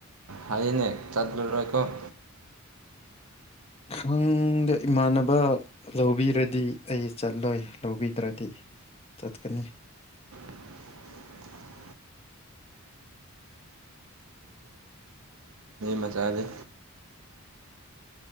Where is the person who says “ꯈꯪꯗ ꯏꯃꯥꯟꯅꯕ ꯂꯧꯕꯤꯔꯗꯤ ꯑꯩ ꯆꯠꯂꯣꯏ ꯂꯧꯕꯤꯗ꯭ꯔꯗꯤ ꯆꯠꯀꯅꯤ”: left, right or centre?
Left